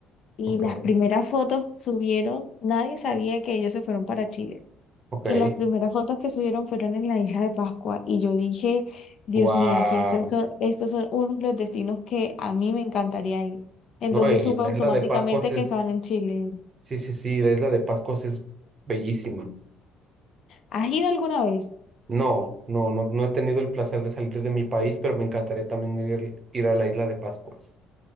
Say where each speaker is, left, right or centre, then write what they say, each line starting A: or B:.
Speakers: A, on the left; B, on the right.
A: y
B: ok,
A: las primeras fotos que subieron, nadie sabía que ellos se fueron para Chile.
B: ok,
A: Y las primeras fotos que subieron fueron en la isla de Pascua. Y yo dije, Dios
B: wow.
A: mío, si estos son, estos son uno de los destinos que a mí me encantaría ir. Entonces
B: No, y
A: supe
B: en la
A: automáticamente
B: isla de Pascua es
A: que estaban en Chile.
B: Sí, sí, sí, la isla de Pascuas es bellísima.
A: ¿Has ido alguna vez?
B: No, no, no, no he tenido el placer de salir de mi país, pero me encantaría también ir, ir a la isla de Pascuas.